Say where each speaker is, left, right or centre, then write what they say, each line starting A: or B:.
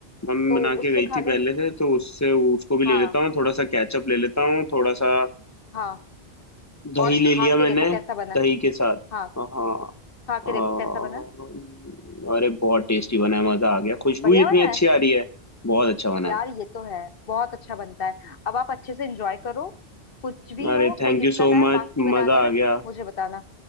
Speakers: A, on the left; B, on the left.
A: मम्मी
B: तो
A: बना के
B: उससे
A: गई
B: खा
A: थी
B: लो
A: पहले से तो उससे उसको भी
B: हाँ
A: ले लेता हूँ थोड़ा सा केचप ले लेता हूँ थोड़ा सा
B: हाँ
A: दही
B: और
A: ले
B: खा
A: लिया मैंने
B: के देखो कैसा बना है।
A: दही के साथ
B: हाँ
A: हाँ
B: खा
A: अ,
B: के देखो कैसा बना
A: अरे बहुत टेस्टी बना है मज़ा आ गया खुशबू
B: बढ़िया
A: ही इतनी
B: बना
A: अच्छी
B: है
A: आ रही है बहुत अच्छा बना
B: यार
A: है
B: ये तो है बहुत अच्छा बनता है अब आप अच्छे से एंजॉय करो कुछ भी
A: अरे
B: हो
A: थैंक
B: कोई दिक्कत
A: यू सो
B: आए
A: मच
B: बाकी बनाने
A: मज़ा
B: में
A: आ गया
B: मुझे बताना